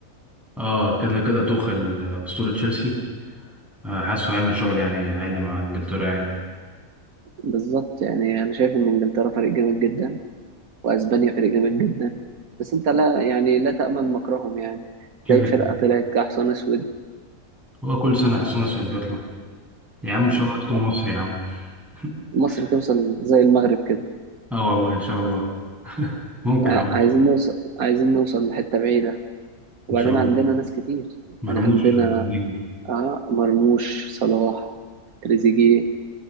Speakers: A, in the centre; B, on the right (about 75°).
A: اه كده كده توخل آه، أسطورة تشيلسي آه، حاسه هيعمل شغل يعني عالي مع انجلترا يعني
B: بالظبط يعني انا شايف ان انجلترا فريق جامد جدا واسبانيا فريق جامد جدا بس انت لا يعني لا تامن مكرهم يعني
A: كده
B: تلاقي فرقه
A: كده
B: طلعت كحصان اسود
A: هو كل سنة حصلنا سؤال بيطلع يا عم
B: م-
A: ان شاء الله تكون
B: يعني
A: مصر يا عم <laughs>
B: مصر توصل زي المغرب كده
A: اه والله ان شاء الله <laughs> ممكن
B: يعني
A: يا عم
B: عايزين نوصل عايزين نوصل لحته بعيده وبعدين
A: ان شاء الله
B: عندنا ناس كتير
A: مرموش
B: يعني عندنا
A: آه، نجم
B: آه مرموش صلاح تريزيجيه